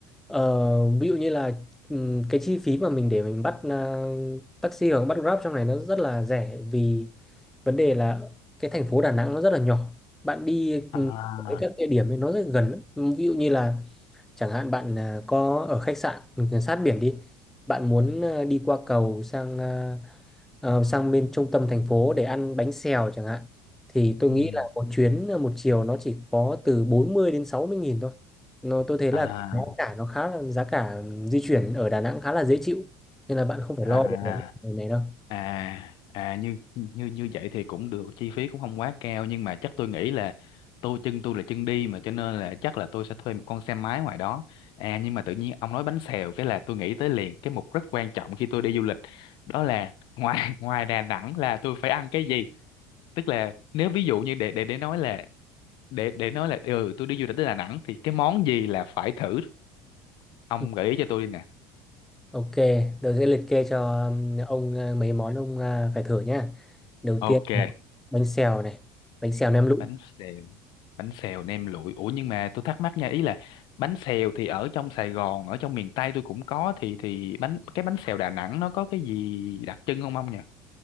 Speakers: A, in the centre; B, on the left.
A: ờ, ví dụ như là ừm, cái chi phí mà mình để mình bắt ờ, taxi hoặc bắt Grab trong này nó rất là rẻ vì vấn đề là cái thành phố Đà Nẵng nó rất là nhỏ bạn đi
B: À.
A: ừm, tới các địa điểm ấy nó rất gần lắm. ví dụ như là Chẳng hạn bạn à, có ở khách sạn ừ, sát biển đi, bạn muốn à, đi qua cầu sang à, ờ, sang bên trung tâm thành phố để ăn bánh xèo chẳng hạn, thì tôi
B: Ừ.
A: nghĩ là một chuyến à, một chiều nó chỉ có từ 40 đến 60 nghìn thôi. Nó tôi thấy là
B: À
A: giá cả nó khá là giá cả ừ, di chuyển ở Đà Nẵng khá là dễ chịu, nên là bạn không phải
B: à
A: lo về vấn đề này đâu.
B: à à như như như vậy thì cũng được chi phí cũng không quá cao nhưng mà chắc tôi nghĩ là tôi chân tôi là chân đi mà cho nên là chắc là tôi sẽ thuê một con xe máy ngoài đó à nhưng mà tự nhiên ông nói bánh xèo cái là tôi nghĩ tới liền cái mục rất quan trọng khi tôi đi du lịch đó là ngoài <laughs> ngoài Đà Nẵng là tôi phải ăn cái gì tức là nếu ví dụ như để để để nói là để để nói là ừ tôi đi du lịch tới Đà Nẵng thì cái món gì là phải thử ông
A: Ừ,
B: gợi ý cho tôi đi nè
A: Ok, tôi sẽ liệt kê cho um, ông uh, mấy món ông uh, phải thử nhá. Đầu
B: ok
A: tiên là bánh xèo này, bánh xèo nem lụi.
B: bánh xèo bánh xèo nem lụi ủa nhưng mà tôi thắc mắc nha ý là bánh xèo thì ở trong Sài Gòn ở trong miền Tây tôi cũng có thì thì bánh cái bánh xèo Đà Nẵng nó có cái gì đặc trưng không ông nhỉ